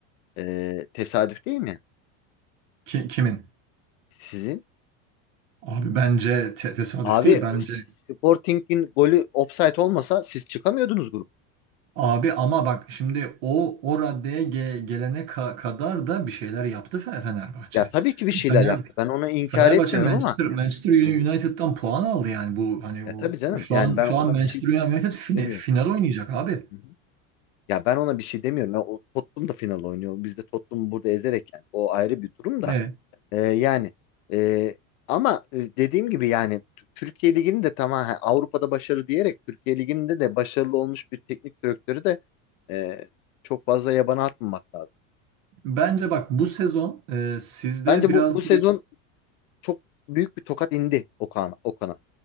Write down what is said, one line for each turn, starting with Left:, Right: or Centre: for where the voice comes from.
Left: Ee, tesadüf değil mi
Right: Ki- kimin?
Left: sizin?
Right: Abi bence te- tesadüf
Left: Abi
Right: değil bence.
Left: Sporting'in golü offside olmasa siz çıkamıyordunuz grup.
Right: Abi ama bak şimdi o o raddeye ge- gelene ka- kadar da bir şeyler yaptı Fe- Fenerbahçe.
Left: Ya tabii ki bir şeyler
Right: Fener
Left: yaptı. Ben onu inkar
Right: Fenerbahçe
Left: etmiyorum
Right: Manchester
Left: ama.
Right: Manchester United'dan
Left: Hı hı.
Right: puan aldı yani bu hani
Left: Ya
Right: bu
Left: tabii canım.
Right: şu
Left: Yani
Right: an
Left: ben
Right: şu
Left: ona
Right: an Manchester
Left: bir şey
Right: United fine-
Left: demiyorum.
Right: final oynayacak abi.
Left: Hı hı. Ya ben ona bir şey demiyorum. Ya o Tottenham da final oynuyor. Biz de Tottenham'ı burada ezerek yani. O ayrı bir durum da.
Right: Evet.
Left: Ee, yani e, ama e, dediğim gibi yani T- Türkiye Ligi'nin de tamam ha, Avrupa'da başarı diyerek Türkiye Ligi'nde de başarılı olmuş bir teknik direktörü de e, çok fazla yabana atmamak lazım.
Right: Bence bak bu sezon e, sizde
Left: Bence
Right: biraz
Left: bu bu sezon çok büyük bir tokat indi Okan Okan'a.